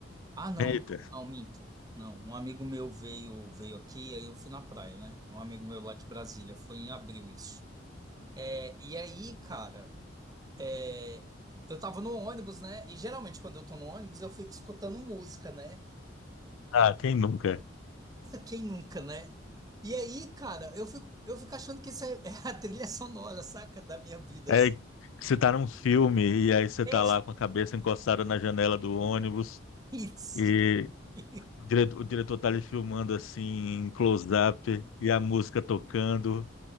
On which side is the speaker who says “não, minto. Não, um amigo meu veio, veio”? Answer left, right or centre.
Right